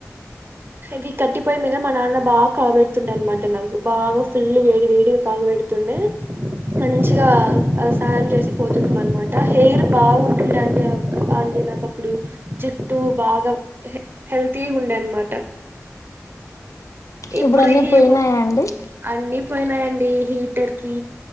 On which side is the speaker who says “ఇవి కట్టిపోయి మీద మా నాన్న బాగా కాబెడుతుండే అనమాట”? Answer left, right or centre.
Right